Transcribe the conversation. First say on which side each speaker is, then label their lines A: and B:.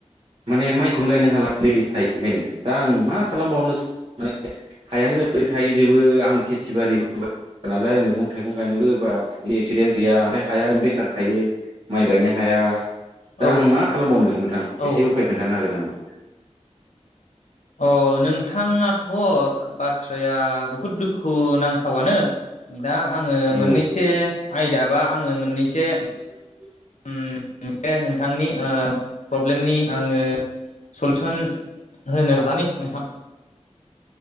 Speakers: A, on the right; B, on the left.
A: माने माइखौनो गायनो हालालै दै थायिखायनो दा आं मा खालामबावनोसो माने हायानो ओरैनो थाहैजोबो आं खेथि बारिबो नालाय मैगं मैगं थाइगं गायनोबो बा एक्सपिरियेन्स गैया ओमफ्राय हाया ओरैनो बेकार थायो माइ गायनो हाया। दा
B: औ
A: आं मा खालामबावनो नोंथां
B: औ
A: एसे उफाय खोन्थानो हागोन नामा?
B: अ' नोंथांनाथ' ख बाथ्राया बुहुद दुखु नांथावानो दा आङो
A: औ
B: मोननैसो आयदा बा आङो मोननैसो
A: <inaudible>
B: उम बे नोंथांनि ओ प्रब्लेमनि आङो सलुसन। होनो नाजानि नोंथां।